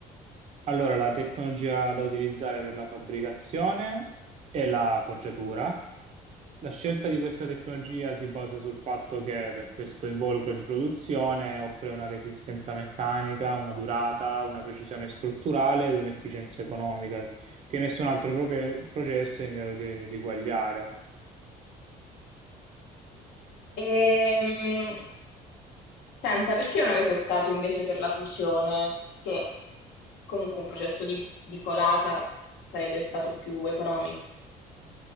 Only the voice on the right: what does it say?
Allora, la tecnologia da utilizzare per la fabbricazione è la forgiatura. La scelta di questa tecnologia si basa sul fatto che per questo involucro di produzione offre una resistenza meccanica, una durata, una precisione strutturale ed un'efficienza economica che nessun altro proge- processo è in grado di, di eguagliare.